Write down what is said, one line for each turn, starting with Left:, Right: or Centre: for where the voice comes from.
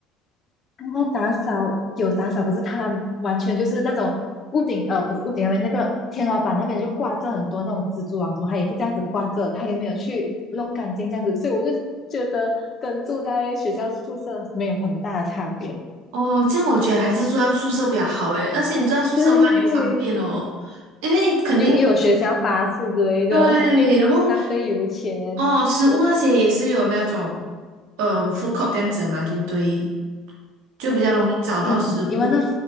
Left: 那后打扫有打扫，可是它完全就是那种屋顶呃，不是屋顶那边那个天花板那边就挂着很多那种蜘蛛网什么，它也是这样子挂着，它也没有去弄干净这样子，所以我就觉得跟住在学校宿舍没有很大的差别。
Right: 哦，这样我觉得还是住在宿舍比较好诶，而且你住在宿舍的话，
Left: <laughs> 对，
Right: 你就方便哦，因为肯定
Left: 又又有学校巴士之类的，
Right: 对，
Left: <laughs> 又不用浪费油钱。
Right: 然后哦，食物那些也是有那种嗯、呃口 o o d c o 这样子的嘛，对不对？就比较容易找到食物。
Left: 你你们那